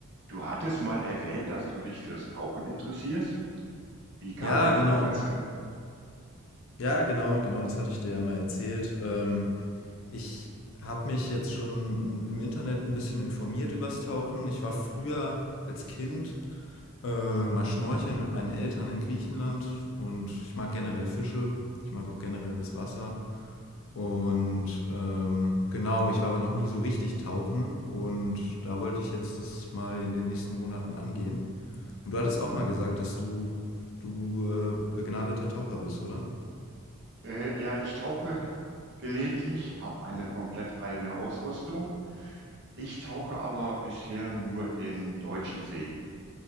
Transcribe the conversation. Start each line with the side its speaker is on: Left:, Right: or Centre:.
Right: Du hattest mal erwähnt, dass du dich fürs Tauchen interessierst. Wie kam
Left: Ja,
Right: dieses
Left: genau.
Right: Interesse?
Left: Ja, genau, genau, das hatte ich dir ja mal erzählt. Ähm, ich habe mich jetzt schon im Internet ein bisschen informiert übers Tauchen. Ich war früher als Kind äh, mal schnorcheln mit meinen Eltern in Griechenland und ich mag generell Fische. Ich mag auch generell das Wasser. Und ähm, genau, ich war aber noch nie so richtig tauchen und da wollte ich jetzt das mal in den nächsten Monaten angehen. Und du hattest auch mal gesagt, dass du, du äh, begnadeter Taucher bist, oder?
Right: Äh, ja, ich tauche gelegentlich, habe eine komplett eigene Ausrüstung. Ich tauche aber bisher nur in deutschen Seen.